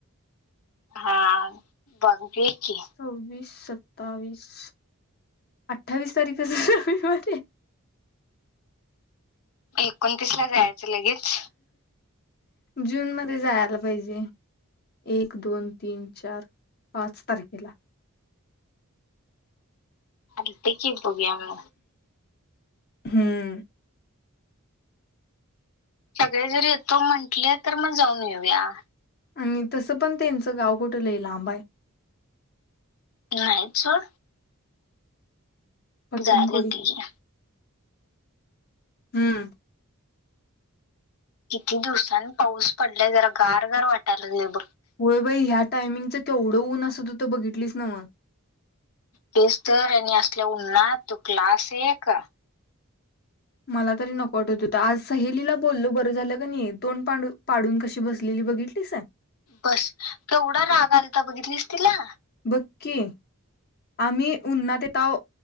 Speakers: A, on the left (about 85°); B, on the left (about 45°).
A: हा, बघु. ये की.
B: सव्वीस, सत्तावीस, अठ्ठावीस तारीख रविवारी ये.
A: एकोणतीस ला जायचं लगेच?
B: जून मध्ये जायला पाहिजे एक, दोन, तीन, चार, पाच तारखेला.
A: चालंत कि. <unintelligible>
B: हं.
A: सगळे जर येतो म्हंटले, तर मग जाऊन येऊया.
B: आणि तसं पण त्यांचं गाव कुठ लई लांब आहे?
A: नाहीत, सोड.
B: पट्टणकोडी
A: झालं कि ये
B: हं.
A: किती दिवसांनी पाऊस पडलाय जरा गार गार वाटायं लागलंय बघ.
B: होय बाई. ह्या टायमिंगच केवढं ऊन असंत? तूतं बघितलीस नव्हं.
A: तेच तर आणि असल्या उन्हात क्लास एक,
B: मला तरी नको वाटत होत. आज सहेलीला बोललो बरं झालं कणी. तोंड पाडून कशी बसलेली बघितलीस का?
A: बसं! केवढा राग आलंता बघितलीस तिला?
B: बक्की आम्ही उन्हात येतावं